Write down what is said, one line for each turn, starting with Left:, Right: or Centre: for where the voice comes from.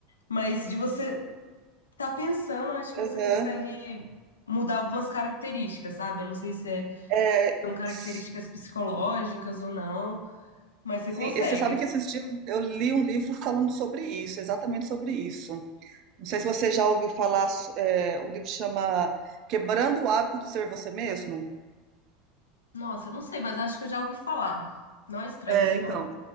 Left: mas de você tá pensando, eu acho que você
Right: aham.
Left: consegue mudar algumas características, sabe? Eu não sei se é
Right: É,
Left: são características
Right: s-
Left: psicológicas ou não, mas você
Right: sim,
Left: consegue,
Right: e você sabe
Left: assim.
Right: que esses dias eu li um livro falando sobre isso, exatamente sobre isso. Não sei se você já ouviu falar, s- é, o livro chama Quebrando o Hábito de Ser Você Mesmo.
Left: Nossa, eu não sei, mas acho que eu já ouvi falar. Não é estranho
Right: É,
Left: esse
Right: então,
Left: nome.